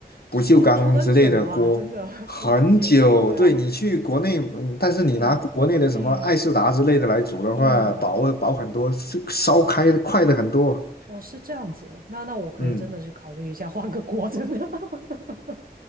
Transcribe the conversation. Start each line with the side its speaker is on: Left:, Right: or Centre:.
Left: 不锈钢之类的锅，
Right: 这煮煮很久啊，真的 <laughs>
Left: 很久。
Right: 煮很久。对啊，
Left: 对你去国内，嗯但是你拿国内的什么爱仕达之类的来煮的话，
Right: 嗯嗯嗯，
Left: 薄薄很多，是烧开的快的很多。
Right: 哦，是这样子，那那我可以真的去考虑一下换个锅，
Left: 嗯，
Right: 真的。<laughs>